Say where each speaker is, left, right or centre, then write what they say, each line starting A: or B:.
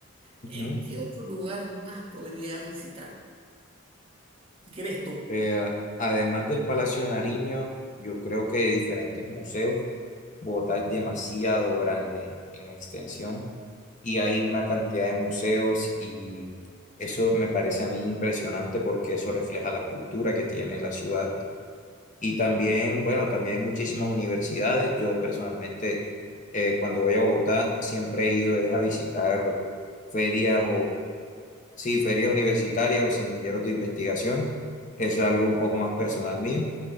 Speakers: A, on the left; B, on the right.
A: Ujú.
B: Eh, ¿qué otro lugar más podría visitar? ¿Crees tú?
A: Eh, además del Palacio de Nariño, yo creo que de diferentes museos, Bogotá es demasiado
B: Ujú.
A: grande en extensión y hay una cantidad de museos y eso me parece a mí impresionante porque eso refleja la cultura que tiene la ciudad. Y también, bueno, también hay muchísimas universidades. Yo personalmente, eh, cuando voy a Bogotá, siempre he ido es a visitar ferias Sí, ferias universitarias o semilleros de investigación. Eso es algo un poco más personal mío.